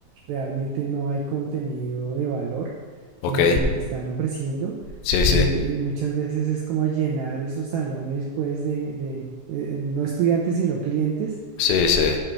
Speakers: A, on the right; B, on the left.
A: realmente no hay contenido de valor
B: ok,
A: en, en lo que están ofreciendo.
B: sí,
A: Y,
B: sí,
A: y muchas veces es como llenar esos salones, pues, de, de, eh, no estudiantes, sino clientes,
B: sí, sí,